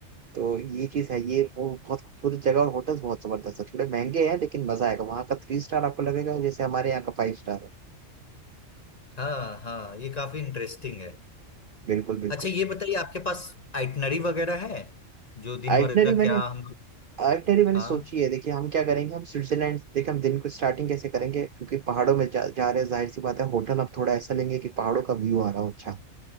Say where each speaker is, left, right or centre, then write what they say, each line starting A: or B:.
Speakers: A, on the right; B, on the left.
A: तो ये चीज है ये वो बहुत खूबसूरत जगह और होटल्स बहुत जबरदस्त है थोड़े महंगे हैं लेकिन मजा आएगा वहाँ का थ्री स्टार आपको लगेगा जैसे हमारे यहाँ का फाइव स्टार है
B: हाँ हाँ ये काफी इंटरेस्टिंग है
A: बिल्कुल बिल्कुल
B: अच्छा ये बताइए आपके पास आइटनरी वगैरह है जो दिन
A: आइटनरी
B: भर का
A: मैंने
B: क्या हम लोग
A: आइटनरी मैंने
B: हाँ
A: सोची है देखिए हम क्या करेंगे हम स्विट्जरलैंड देखिए हम दिन को स्टार्टिंग कैसे करेंगे क्योंकि पहाड़ों में जा, जा रहे हैं जाहिर सी बात है होटल हम थोड़ा ऐसा लेंगे कि पहाड़ों का व्यू आ रहा हो अच्छा